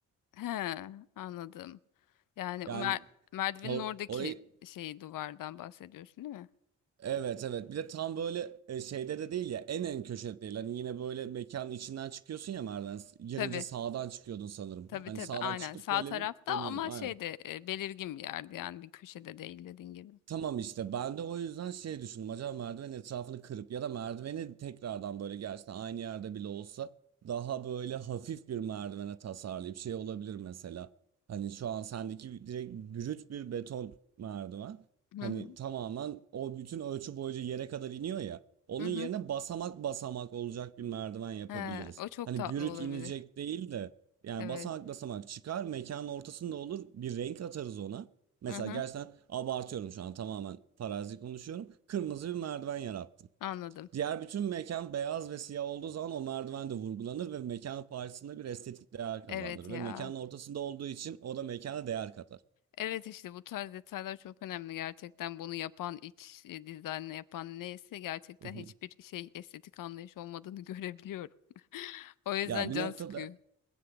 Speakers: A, on the left (about 70°); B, on the right (about 50°).
A: He, anladım. Yani
B: Yani
A: o mer merdivenin
B: or-
A: oradaki
B: orayı
A: şeyi duvardan bahsediyorsun değil mi?
B: evet evet bir de tam böyle e, şeyde de değil ya en en köşede değil. Hani yine böyle mekanın içinden çıkıyorsun ya merdiven. Girince
A: Tabii.
B: sağdan çıkıyordun sanırım.
A: Tabii
B: Hani
A: tabii
B: sağdan
A: aynen
B: çıkıp
A: sağ
B: böyle
A: tarafta
B: bir dönüyordun
A: ama
B: aynen.
A: şey şeyde belirgin bir yerde yani bir köşede değil dediğin gibi.
B: Tamam işte ben de o yüzden şey düşündüm acaba merdivenin etrafını kırıp ya da merdiveni tekrardan böyle gerçekten aynı yerde bile olsa daha böyle hafif bir merdivene tasarlayıp şey olabilir mesela. Hani şu an sendeki direkt brüt bir beton merdiven.
A: Hı
B: Hani
A: hı.
B: tamamen o bütün ölçü boyunca yere kadar iniyor ya. Onun
A: Hı hı.
B: yerine basamak basamak olacak bir merdiven yapabiliriz.
A: He, o çok
B: Hani
A: tatlı
B: brüt
A: olabilir.
B: inecek değil de yani
A: Evet.
B: basamak basamak çıkar mekanın ortasında olur bir renk atarız ona. Mesela
A: Hı hı.
B: gerçekten abartıyorum şu an tamamen farazi konuşuyorum. Kırmızı bir merdiven yarattın.
A: Anladım.
B: Diğer bütün mekan beyaz ve siyah olduğu zaman o merdiven de vurgulanır ve mekanın parçasında bir estetik değer kazandırır.
A: Evet ya.
B: Ve mekanın ortasında olduğu için o da mekana değer katar.
A: Evet işte bu tarz detaylar çok önemli gerçekten. Bunu yapan iç e, dizaynı yapan neyse gerçekten
B: <laughs>
A: hiçbir şey estetik anlayış olmadığını <laughs> görebiliyorum. <laughs> O yüzden
B: Ya
A: can
B: bir noktada
A: sıkıyor.